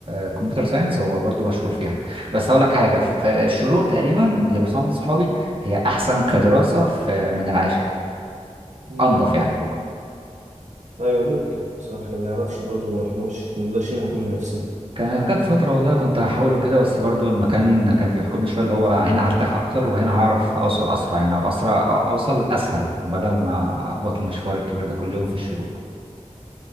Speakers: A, on the right; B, on the right.
A: آه، كمبيوتر ساينس هو برضو مشهور فيها بس اقول لك حاجه في الشروق تقريبا من اللي بسمعه من صحابي هي احسن كدراسه في من العاشر
B: مم.
A: انضف يعني
B: أيوه ممكن بصراحة إحنا ما نعرفش برضو ما رحناش ما نقدرش نحكم بنفسنا
A: كانت جت فترة والله كنت هحاوله كده بس برضو المكان كان بيحكمني شوية اللي هو هنا هرتاح أكتر وهنا هعرف أوصل أسرع يعني أو أسرع أو أوصل أسهل بدل ما أخبط المشوار الكبير ده كل يوم في الشروق